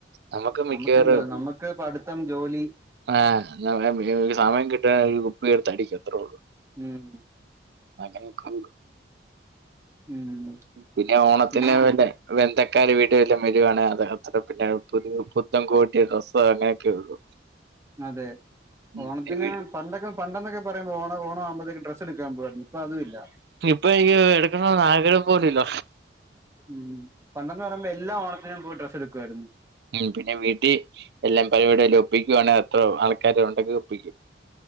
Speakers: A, on the right (about 60°); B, on the right (about 15°).
A: നമുക്ക് മിക്കവാറും
B: നമുക്കെന്താ നമ്മുക്ക് പഠിത്തം ജോലി
A: ആഹ് സമയം കിട്ടിയ ഒരു കുപ്പിഎടുത്ത് അടിക്കും അത്രേള്ളൂ
B: ഉം
A: അങ്ങനെക്കെ
B: ഉം
A: പിന്നെ ഓണത്തിന്
B: പിന്നെ
A: വേണ്ടേ ബന്ധുക്കാർ വീട്ടിൽ വല്ല വരുവാണ് അത് <unintelligible> പിന്നെ പുത്തൻകോട്ടി ഡ്രസ്സ്‌ അങ്ങനെയൊക്കെ ഉള്ളു
B: അതെ
A: ഉം
B: ഓണത്തിന് പണ്ടൊക്കെ പണ്ടെന്നൊക്കെ പറയുമ്പോ ഓണ ഓണാമ്പോഴതെക്ക് ഡ്രസ് എടുക്കൻ പോകുവാരുന്നു ഇപ്പ അതുമില്ല
A: ഇപ്പൊ ഈ എടക്കണന്ന് ആഗ്രഹം പോലും ഇല്ല
B: ഉം പണ്ടെന്ന് പറയുമ്പോ എല്ലാ ഓണത്തിനും പോയി ഡ്രസ്സ് എടുക്കുവായിരുന്ന്
A: ഉം പിന്നെ വീട്ടിൽ എല്ലാം പരിപാടി ല്ലാ ഒപ്പിക്കുവാണെ അത്രോ ആൾക്കാര് ഒണ്ടെങ്കിൽ ഒപ്പിക്കും